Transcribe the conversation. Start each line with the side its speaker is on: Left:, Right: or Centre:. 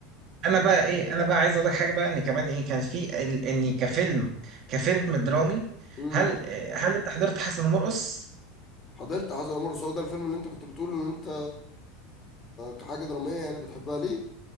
Right: انا بقى ايه انا بقى عايز اقول لك حاجه بقى ان كمان ايه كان في ان إني كفيلم كفيلم درامي
Left: مم.
Right: هل هل انت حضرت حسن ومرقص
Left: حضرت حسن ومرقص هو ده الفيلم اللي انت كنت بتقول ان انت كحاجه دراميه يعني بتحبها ليه